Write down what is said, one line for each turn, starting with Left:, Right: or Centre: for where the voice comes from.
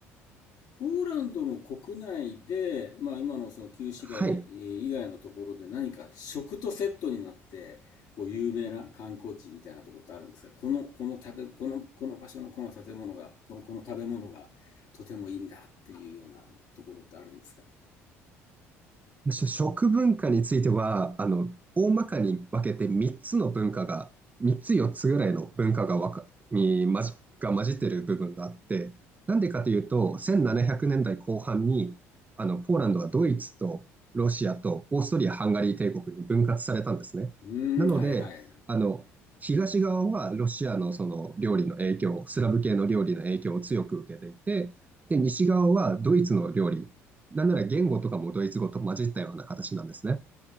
Left: ポーランドの国内で、まあ、今のその旧市街以外のところで何か食とセットになって、
Right: はい。
Left: こう有名な観光地みたいなところってあるんですがこの、この食べ、この、この場所のこの建物が、この、この食べ物がとてもいいんだっていうようなところってあるんですか
Right: し食文化については、あの、大まかに分けて3つの文化が、3つ4つぐらいの文化がわか、に混じ、が混じってる部分があって、なんでかというと、1700年代後半に、あの、ポーランドはドイツとロシアとオーストリア・ハンガリー帝国に分割されたんですね。
Left: うーん、
Right: なので、
Left: はいはい。
Right: あの、東側はロシアのその料理の影響、スラブ系の料理の影響を強く受けていて、で、西側はドイツの料理、なんなら言語とかもドイツ語と混じったような形なんですね。